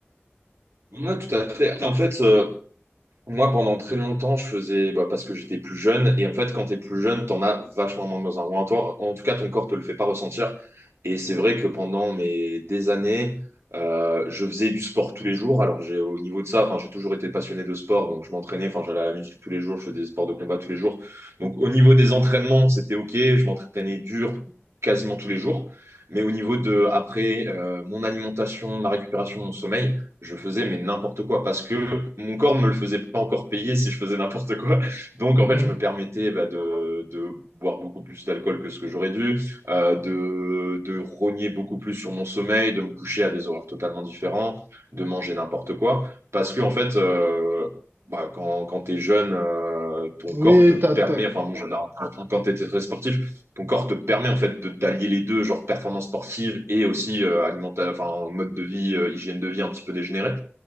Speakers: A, on the right; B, on the right.
A: Ouais, tout à fait. En fait, euh, Moi, pendant très longtemps, je faisais bah, parce que j'étais plus jeune. Et en fait, quand t'es plus jeune, t'en as vachement moins besoin. Ou en, toi- en tout cas, ton corps te le fait pas ressentir. Et c'est vrai que pendant mes des années, euh, je faisais du sport tous les jours. Alors, j'ai au niveau de ça, enfin, j'ai toujours été passionné de sport, donc je m'entraînais. Enfin, j'allais à la musique tous les jours, je faisais des sports de combat tous les jours. Donc, au niveau des entraînements, c'était ok. Je m'entraînais dur quasiment tous les jours. Mais au niveau de après euh, mon alimentation, ma récupération, mon sommeil je faisais mais n'importe quoi parce que mon corps me le faisait pas encore payer si je faisais n'importe quoi. Donc
B: Mhm.
A: en fait, je me permettais bah, de, de boire beaucoup plus d'alcool que ce que j'aurais dû, euh, de, de rogner beaucoup plus sur mon sommeil, de me coucher à des horaires totalement différents, de manger n'importe quoi parce que en fait, euh, bah, quand, quand tu es jeune, euh, ton
B: Oui,
A: corps te
B: t'as,
A: permet,
B: t'as-
A: enfin bon, je- quand tu es très sportif, ton corps te permet en fait de d'allier les deux, genre performance sportive et aussi euh, alimentaire, enfin mode de vie, euh, hygiène de vie un petit peu dégénérée.